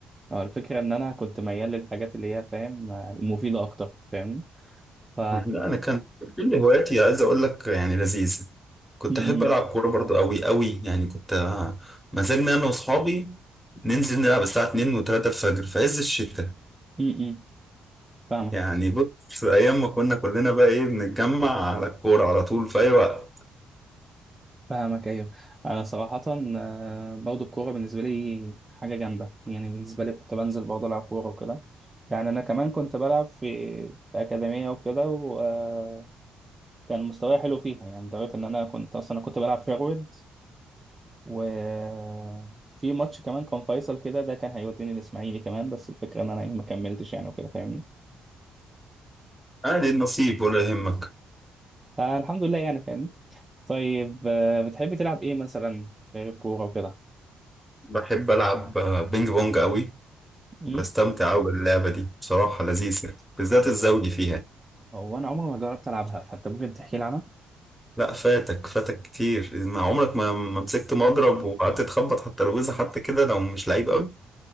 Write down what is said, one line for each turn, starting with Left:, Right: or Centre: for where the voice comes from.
Right: هو الفكره ان انا كنت ميال للحاجات اللي هي فاهم آه، مفيده اكتر فاهمني ف
Centre: لا انا كان كل هواياتي عايز اقول لك يعني لذيذه كنت
Right: امم
Centre: احب العب كوره برضو قوي قوي يعني كنت آه، مزاجنا انا واصحابي ننزل نلعب الساعه 2 و3 الفجر في عز الشتاء
Right: امم فاهمك
Centre: يعني بص ايام ما كنا كلنا بقى ايه بنتجمع على الكوره على طول في اي وقت
Right: فاهمك ايوه انا صراحه آه، برضو الكوره بالنسبه لي حاجه جامده يعني بالنسبه لي كنت بنزل برضه العب كوره وكده يعني انا كمان كنت بلعب في في اكاديميه وكده وكان مستواي حلو فيها يعني لدرجه ان انا كنت اصلا أنا كنت بلعب فيرويد وفي ماتش كمان كان فيصل كده ده كان هيوديني الاسماعيلي كمان بس الفكره ان انا ايه ما كملتش يعني وكده فاهمني
Centre: اهل النصيب ولا يهمك
Right: فالحمد لله يعني فاهمني طيب آه، بتحبي تلعب ايه مثلا غير الكوره وكده
Centre: بحب العب آه، بينج بونج قوي
Right: أمم؟
Centre: بستمتع قوي باللعبه دي بصراحه لذيذه بالذات الزوجي فيها
Right: هو انا عمري ما جربت العبها فانت ممكن تحكي لي عنها
Centre: لا فاتك فاتك كتير إن عمرك ما ما مسكت مضرب وقعدت تخبط على الترابيزه حتى كده لو مش لعيب قوي